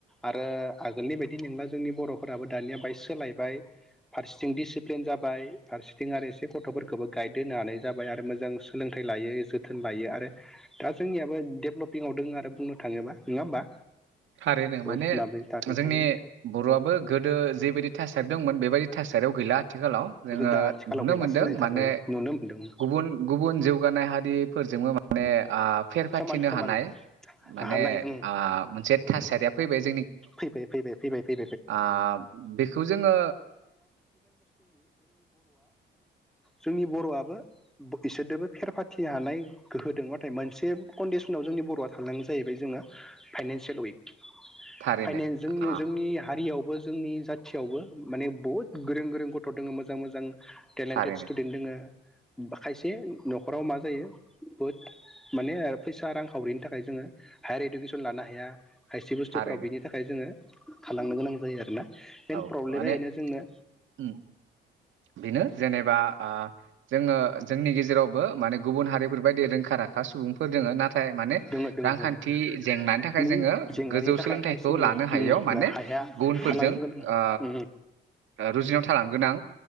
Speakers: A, in the centre; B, on the right.
A: आरो आगोलनि बायदि नंला जोंनि बरफोराबो दानिया बाहाय सोलायबाय फारसेथिं दिडिसिप्लिन जाबाय फारसेथिं आरो एसे गथफोरखौबो गाइद होनो हानाय जाबाय आरो मोजां सोलोंथाइ लायो जोथोन लायो आरो दा जोंनियाबो डेभ्लपिंआव दोङो आरो बुंनो थाङोबा नङा होमबा।
B: थारैनो
A: बहुद
B: माने
A: माबायो थारैनो
B: जोंनि बरआबो गोदो जेबायदि थासारि दंमोन। बेबायदि थास गैला आथिखालाव जोङो
A: दा आथिखालाव
B: नुनो
A: गैला
B: मोनदों
A: सोलायथारबाय
B: माने
A: नुनो मोनदों
B: गुबुन गुबुन जौगानाय हारिफोरजोंबो। ने आफ फेर फाथिनो
A: खमान खमान
B: हानाय माने
A: हानाय ओं
B: आ- मोनसे। <unintelligible>
A: <unintelligible> माने
B: ओ बेखौ जोङो
A: जोंनि बर'आबो इसोरजोंबो फेर फाथि हानाय गोहो दं नाथाय मोनसे कन्डिसनाव जोंनि बर'आ थांलांगौ जाहैबाय जोङो फाइनानसियेल उइक
B: थारैनो
A: फाइनेन्स जोंनि
B: आ
A: जोंनि हारियाव जोंनि जाथियावबो माने बहुत गोरों गोरों गथ' दङ मोजां मोजां टेलेन्टेड
B: थारैनो
A: स्टुडेन्ट दोङो खायसे न'खराव मा जायो बहुद माने फैसा रांखावरिनि थाखाय जोङो हायार इडुकेसन लानो हाया खायसे बुस्थुफोराव
B: थारैनो
A: बेनि जोङो थालांनो गोनां जायो आरोना मेन
B: औ
A: प्रब्लेमा
B: माने
A: बेनो जोंनो
B: उम बेनो जेनेबा ओ जोङो जोंनि गेजेरावबो माने गुबुन हारिफोरबायायदि रोंखा राखा सुबुंफोर दोङो नाथा य माने
A: दोङो दोङो
B: रांखान्थि
A: दोङो
B: जेंनानि थाखाय
A: नि
B: जोङो
A: जेंनानि
B: गोजौ
A: थाखाय
B: सोलोंथाइखौ
A: खायसे उम
B: लानो हायैयाव
A: उम
B: माने
A: हाया
B: गुबुनफोरजों
A: थालांनो गोनां
B: ओ
A: उम
B: रुजुुनाव थालां गोनां